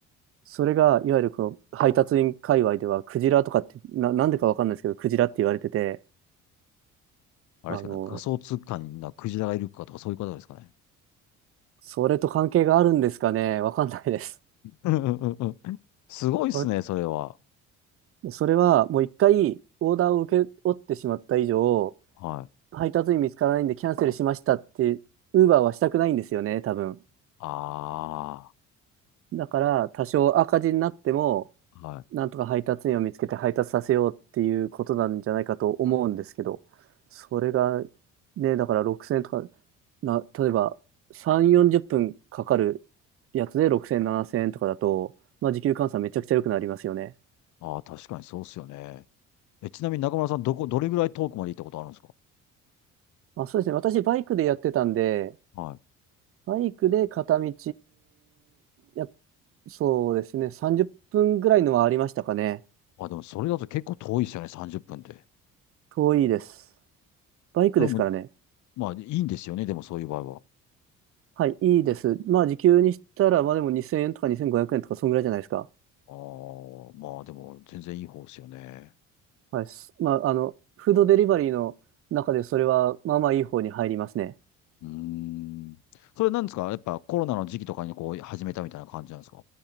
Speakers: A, on the right; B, on the left.
A: それが、いわゆるこの配達員界隈では、クジラとかって、な、なんでかわかんないですけど、クジラって言われてて、
B: あれですかね、
A: あの
B: 仮想通貨になクジラがいるかとかそういうことですかね。
A: それと関係があるんですかね。わかんないです。
B: <laughs> うんうんうんうんすごいっすね、
A: わ
B: それは。
A: それはもう一回オーダーを受け負ってしまった以上、
B: はい。
A: 配達員見つからないんでキャンセルしましたって、ウーバーはしたくないんですよね、多分。
B: あ
A: だから多少赤字になっても、
B: あ、はい。
A: なんとか配達員を見つけて配達させようっていうことなんじゃないかと思うんですけど、それがね、だから6000円とか、な、例えば3、40分かかるやつで6000、7000円とかだと、まあ時給換算めちゃくちゃ良くなりますよね。
B: ああ、確かにそうっすよね。え、ちなみに中村さん、どこ、どれぐらい遠くまで行ったことあるんですか
A: まあ、そうですね。私、バイクでやってたんで、
B: はい。
A: バイクで片道、や、そうですね。30分ぐらいのはありましたかね。
B: あ、でもそれだと結構遠いですよね、30分で。
A: 遠いです。バイクですからね。
B: それも、まあいいんですよね、でもそういう場合は。
A: はい、いいです。まあ、時給にしたら、まあでも2000円とか2500円とか、そんぐらいじゃないですか。
B: ああ、まあでも全然いい方ですよね。
A: はい。すまあ、あの、フードデリバリーの中で、それは、まあまあいい方に入りますね。
B: うーん。それなんですかやっぱコロナの時期とかにこう始めたみたいな感じなんですか